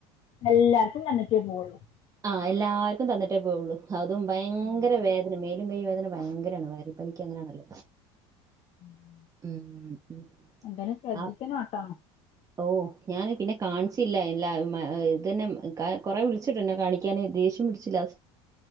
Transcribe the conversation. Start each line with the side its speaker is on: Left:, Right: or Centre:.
Left: എല്ലാർക്കും വന്നിട്ടേ പോവുള്ളൂ
Right: ആഹ് എല്ലാർക്കും തന്നിട്ടേ പോുള്ളൂ അതും ഭയങ്കര
Left: ഉം
Right: വേദന കൈ വേദന ഭയങ്കരാണ് വയൽ പനിക്ക് അങ്ങനാണല്ലോ
Left: ഉം
Right: ഉ ഉ
Left: എന്തായാലും ശ്രദ്ധിക്കണോട്ടോ
Right: ആ ഓ ഞാന് പിന്നെ കാണിച്ചില്ല ഇല്ല ഇത്തന്നെ കൊറെ വിളിച്ചിട്ടു എന്നെ കാണിക്കാന് ദേഷ്യം വിളിച്ചില്ല